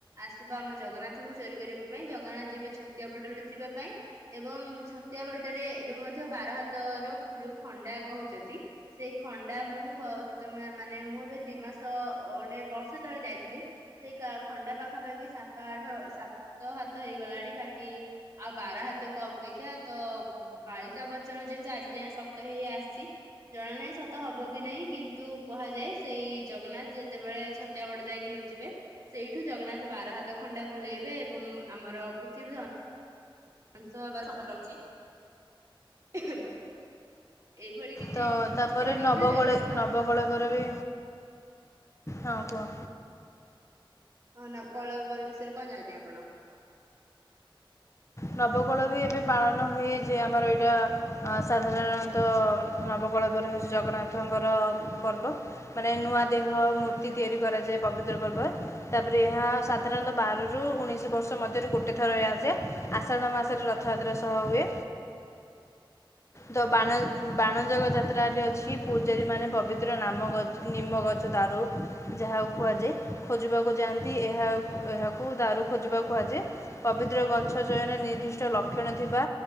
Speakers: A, on the right; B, on the left.
A: ଆସିବ, ଆମ ଜଗନ୍ନାଥଙ୍କୁ ଚୋରି କରିବା ପାଇଁ, ଜଗନ୍ନାଥ ଯିବେ ଛତିଆ ବଟ ଲୁଚିବା ପାଇଁ ଏବଂ ଛତିଆ ବଟରେ ଏବେ ମଧ୍ୟ ବାର ହାତ ର ଯୋଉ ଖଣ୍ଡା କହୁଛନ୍ତି, ସେଇ ଖଣ୍ଡା ମୁଁ ବର୍ତ୍ତ ମାନେ ମୁଁ ଏବେ ଦି ମାସ ଗୋଟେ ବର୍ଷେ ତଳେ ଯାଇଥିଲି, ସେଇ ଖଣ୍ଡା ପାଖାପାଖି ସାତ, ଆଠ ସାତ ହାତ ହେଇଗଲାଣି, ବାକି ଆଉ ବାର ହାତ କୁ ଅପେକ୍ଷା ତ ବାଳିକା ବଚନ ଯେହେତୁ ଆଜି ଯାଏ ସତ ହେଇ ଆସିଛି ଜଣା ନାହିଁ ତ ତ ହବ କି ନାହିଁ, କିନ୍ତୁ କୁହାଯାଏ ସେଇ ଜଗନ୍ନାଥ ଯେତେବେଳେ ଛତିଆ ବଟ ଯାଇକି ଲୁଚିବେ, ସେଇଠୁ ଜଗନ୍ନାଥ ବାର ହାତ ଖଣ୍ଡା ବୁଲେଇବେ ଏବଂ ଆମର ପୃଥିବୀ ଧ୍ୱ ମାଂସ ହେବାର ସମ୍ଭାବନା ରହିଛି। ଏଇଭଳି କିଛି
B: ତ
A: <unintelligible>
B: ତାପରେ
A: ମଧ୍ୟ
B: ନବକଳେ
A: ଜଗନ୍ନାଥ ମା
B: ନବକଳେବର ବି ହଁ, କୁହ।
A: ଅ ନ କଳେବର ବିଷୟ ରେ କଣ ଜାଣିଛନ୍ତି, ଆପଣ?
B: ନବକୋଳ ବି ଏବେ ପାଳନ ହୁଏ, ଯେ ଆମର ଏଇଟା ସାଧାରଣତଃ ନବକଳେବର ହେଉଛି, ଜଗନ୍ନାଥଙ୍କର ପର୍ବ ମାନେ ନୂଆ ଦେହ ମୂର୍ତ୍ତି ତିଆରି କରାଯାଏ, ପବିତ୍ର ପର୍ବ ତାପରେ ଏହା ସାଧାରଣତଃ ବାରରୁ, ଉଣେଇଶ ବର୍ଷ ମଧ୍ୟରୁ ଗୋଟେ ଥର ଏ ଆସେ। ଆଷାଢ ମାସରେ ରଥଯାତ୍ରା ସହ ହୁଏ। ଦ ବାଣଜାଗ ଯାତ୍ରାରେ ଅଛି, ପୂଜାରୀମାନେ ପବିତ୍ର ନାମ ଗଛ, ନିମ୍ମ ଗଛ ଦାରୁ ଯାହାକୁ କୁହାଯାଏ, ଖୋଜିବାକୁ ଯାଆନ୍ତି, ଏହା ଏହାକୁ ଦାରୁ ଖୋଜିବା କୁହାଯାଏ, ପବିତ୍ର ଗଛ ଚୟନ ନିର୍ଦ୍ଦିଷ୍ଟ ଲକ୍ଷଣ ଥିବା